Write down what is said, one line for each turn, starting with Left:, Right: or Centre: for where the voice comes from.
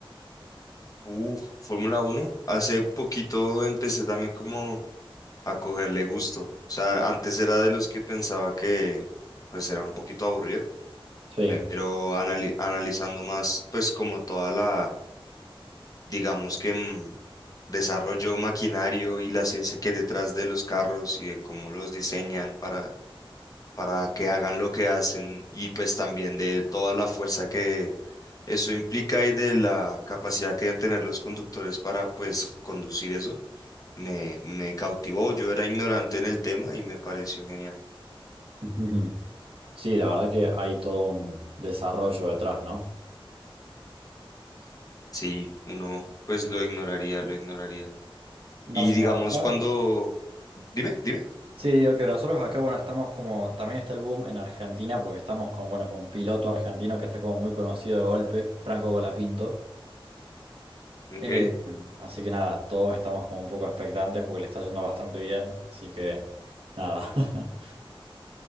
Left: Uf, Fórmula uno Hace poquito empecé también como a cogerle gusto. O sea, antes era de los que pensaba que pues era un poquito aburrido,
Right: Sí,
Left: pero anali- analizando más pues como toda la, digamos que mm, desarrollo maquinario y la ciencia que hay detrás de los carros y de cómo los diseñan para para que hagan lo que hacen y pues también de toda la fuerza que eso implica y de la capacidad que deben tener los conductores para pues conducir eso, me, me cautivó. Yo era ignorante en el tema y me pareció genial.
Right: <laughs> sí, la verdad que hay todo un desarrollo detrás, ¿no?
Left: Sí, uno pues lo ignoraría, lo ignoraría.
Right: Nosotros,
Left: Y digamos
Right: acá
Left: cuando... Dime, dime.
Right: Sí, ok, nosotros acá, bueno, estamos como, también está el boom en Argentina porque estamos con, bueno, con un piloto argentino que está como muy conocido de golpe, Franco Colapinto.
Left: Ok,
Right: Eh, así que nada, todos estamos como un poco expectantes porque le está yendo bastante bien, así que nada. <laughs>